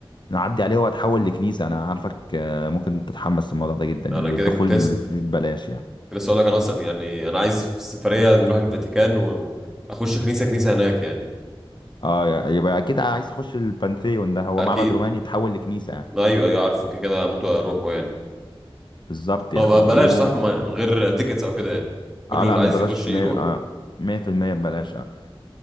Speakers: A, on the left (about 50°); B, in the centre.
A: نعدي عليه وهتحول لكنيسة أنا عارفك آه، ممكن تتحمس للموضوع ده جدا يعني
B: انا كده
A: الدخول
B: كنت لسه
A: فيه ببلاش يعني
B: كنت لسه اقول لك انا اصلا يعني انا عايز في السفريه نروح الفاتيكان واخش كنيسه كنيسه هناك يعني
A: اه يا- يبقى أكيد عايز تخش البانثيون ده هو
B: اكيد
A: معبد روماني يتحول لكنيسة يعني
B: ايوه ايوه عارفه كده كده هموت واروحه يعني
A: بالظبط يعني
B: هو بقى بلاش
A: و
B: صح ما- من غير تيكتس او كده يعني كله
A: اه لا
B: اللي
A: ببلاش
B: عايز يخش يروح
A: مية آه، مية في المية ببلاش اه